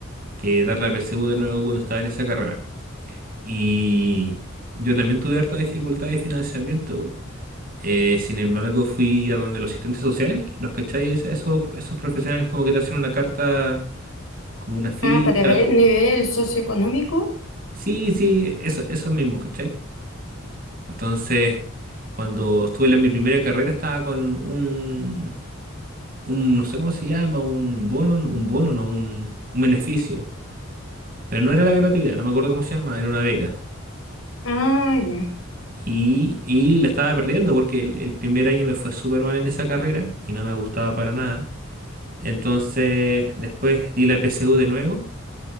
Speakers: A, on the right; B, on the left.
A: que dar la PSU de nuevo cuando estaba en esa carrera. Y yo también tuve harta dificultad de financiamiento. Eh, sin embargo, fui a donde los asistentes sociales, los cacháis, esos, esos profesionales como que te hacen una carta, como una ficha.
B: Ah, para ver el nivel socioeconómico.
A: Sí, sí, eso, eso mismo, ¿cachai? Entonces, cuando estuve en mi primera carrera estaba con un, un, no sé cómo se llama, un bono, no, un bono, no, un, un beneficio. Pero no era la gratuidad, no me acuerdo cómo se llama, era una beca.
B: Ah, ya.
A: Y, y la estaba perdiendo porque el, el primer año me fue súper mal en esa carrera y no me gustaba para nada. Entonces después di la PSU de nuevo